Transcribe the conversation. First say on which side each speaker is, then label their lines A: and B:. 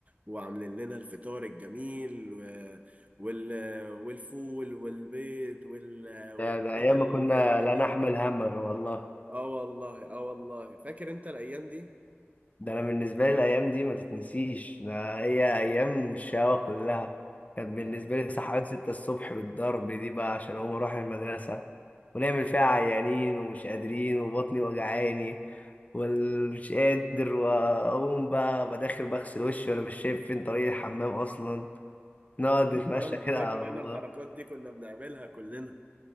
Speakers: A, on the right; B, on the left.
A: وعاملين لنا الفطار الجميل و... وال... والفول والبيض وال... والحاجات
B: ده, ده ايام
A: الجميلة
B: ما كنا لا
A: دي
B: نحمل هما والله
A: اه والله اه والله فاكر انت الايام دي؟
B: ده انا بالنسبه لي الايام دي ما تتنسيش ده هي ايام الشقاوه كلها كانت
A: الله
B: بالنسبه لي صحيان 6 الصبح بالضرب دي بقى عشان اقوم اروح المدرسه ونعمل فيها عيانين ومش قادرين وبطني وجعاني ومش قادر واقوم بقى بداخل بغسل وشي وانا مش شايف فين طريق الحمام اصلا نقعد
A: انا فاكر
B: نتمشى
A: انا
B: كده
A: فاكر
B: على الله
A: انا الحركات دي كنا بنعملها كلنا